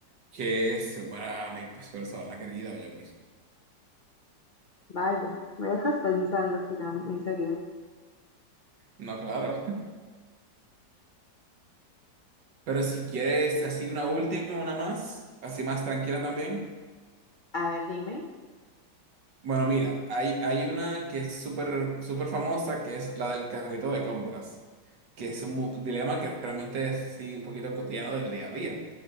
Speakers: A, on the right; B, on the left.
A: que se muera mi pues, persona querida o yo mismo.
B: Vaya, me dejas pensando, Hiram, en serio.
A: No, claro. <laughs> Pero si quieres así una última, una más, así más tranquila también.
B: A ver, dime.
A: Bueno, mira, hay, hay una que es súper súper famosa, que es la del carrito de compras, que es un mu- dilema que realmente es sí, un poquito cotidiano del día a día.